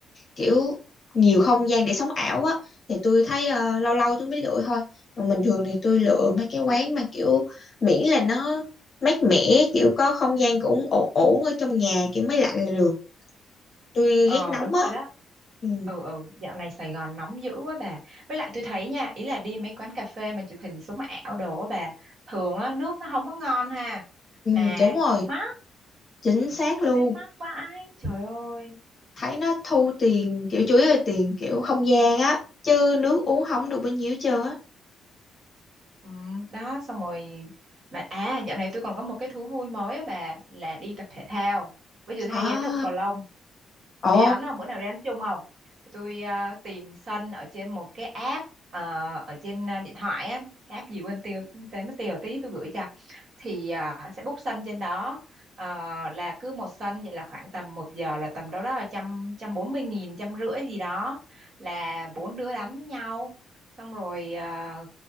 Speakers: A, on the left; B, on the right.
A: kiểu nhiều không gian để sống ảo á thì tôi thấy ờ, lâu lâu tôi mới lựa thôi còn bình thường thì tôi lựa mấy cái quán mà kiểu miễn là nó mát mẻ kiểu có không gian cũng ổn ổn ở trong nhà kiểu máy lạnh là được tôi
B: ờ
A: ghét nóng
B: đúng
A: á
B: rồi đó
A: ừ,
B: ừ ừ dạo này Sài Gòn nóng dữ quá bà với lại tôi thấy nha ý là đi mấy quán cà phê mà chụp hình sống ảo đồ á bà thường á nước nó không có ngon ha
A: ừ
B: mà
A: đúng rồi
B: mắc
A: chính xác
B: tôi
A: luôn
B: thấy mắc quá ai trời ơi
A: thấy nó thu tiền kiểu chủ yếu là tiền kiểu không gian á chứ nước uống không được bao nhiêu hết trơn á
B: ừ, đó xong rồi mà à dạo này tôi còn có một cái thú vui mới á bà là đi tập thể thao bây giờ tôi
A: à
B: hay đi đánh đầu cầu lông
A: ồ
B: Bà đi đánh không? Bữa nào đi đánh chung không? Tôi ờ, tìm sân ở trên một cái app ờ, ở trên ờ, điện thoại á, cái app gì quên tiêu tên mất tiêu tí tôi gửi cho thì à, sẽ book sân trên đó Ờ, là cứ một sân vậy là khoảng tầm một giờ là tầm đâu đó là trăm trăm bốn mươi nghìn trăm rưỡi gì đó là bốn đứa đánh với nhau xong rồi à,